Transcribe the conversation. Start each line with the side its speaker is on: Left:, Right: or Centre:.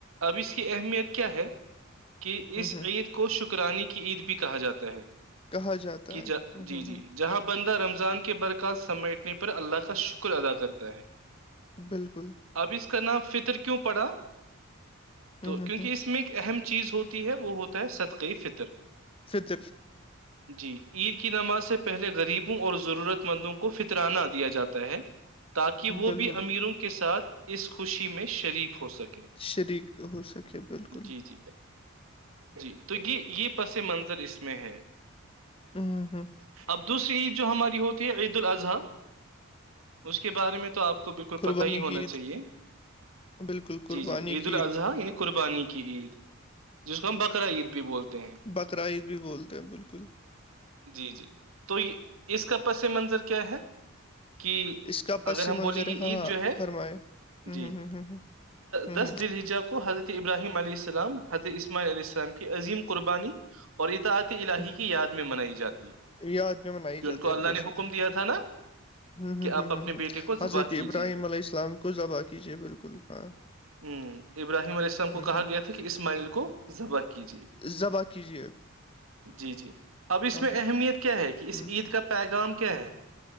Right: اب اس کی اہمیت کیا ہے کہ
Left: ہوں
Right: اس
Left: ہوں
Right: عید کو شکرانی کی عید بھی کہا جاتا ہے
Left: کہا جاتا
Right: کہ
Left: ہے
Right: ج
Left: ہوں
Right: جی
Left: ہوں
Right: جی
Left: ہوں
Right: جہاں بندہ رمضان کے برکات سمیٹنے پر اللہ کا شکر ادا کرتا ہے
Left: بالکل
Right: اب اس کا نام فطر کیوں پڑا تو
Left: ہوں ہوں
Right: کیونکہ
Left: ہوں
Right: اس میں ایک اہم چیز ہوتی ہے وہ ہوتا ہے صدقے فطر
Left: فطرک
Right: جی عید کی نماز سے پہلے غریبوں اور ضرورت مندوں کو فطرانہ دیا جاتا ہے تاکہ وہ
Left: بالکل
Right: بھی امیروں کے ساتھ اس خوشی میں شریک ہو سکے
Left: شریک ہو سکیا بالکل
Right: جی جی جی تو یہ یہ پس منظر اس میں ہے
Left: اوں ہوں
Right: اب دوسری عید جو ہماری ہوتی ہے عید الاضحی اس کے بارے میں تو آپ کو بالکل
Left: قربانی
Right: پتا ہی
Left: کی
Right: ہونا
Left: عید
Right: چاہیے
Left: بالکل قربانی
Right: جی جی عید
Left: کی
Right: الاضحی یعنی قربانی کی عید جس کو ہم بکرا عید بھی بولتے ہیں
Left: بقر عید بھی بولتے ہیں بالکل
Right: جی جی تو یہ اس کا پس منظر کیا ہے کہ
Left: اس کا پس
Right: اگر ہم
Left: منظر
Right: بولیں گے
Left: ہے
Right: عید
Left: ہاں ہاں
Right: جو ہے
Left: فرمائے ہوں
Right: جی
Left: ہوں ہوں ہوں ہوں
Right: دس
Left: ہوں
Right: دجا کو ہر ابراہیم علییہ السلام حت اسماعی عیہ السلام کی عظیم قربانی اور اطاعتی الہی
Left: ہوں
Right: کی آدمی منائی جاتی
Left: یاد میں منائی
Right: کہ
Left: جاتے
Right: ان کو
Left: ہیں
Right: اللہ
Left: بے
Right: نے
Left: شک
Right: حکم دیا تھا نا
Left: ہوں ہوں
Right: کہ
Left: ہوں
Right: آپ اپنے
Left: ہوں ہوں
Right: بیٹے کو ذبح
Left: حضرت
Right: کیجیے
Left: ابراہیم علیہ السلام کو ذبح کیجیے بالکل ہاں
Right: ہ ابراہیم علیہ اللام
Left: ہوں
Right: کو کہا
Left: ہوں
Right: گیا تھا کہ اسماعیل کو ذبح کیجیے
Left: ذبح کیجیے
Right: جی جی اب اس
Left: ہاں
Right: میں
Left: ہاں
Right: اہمیت کیا ہے کہ اس
Left: ہوں
Right: عید کا پیغام کیا ہے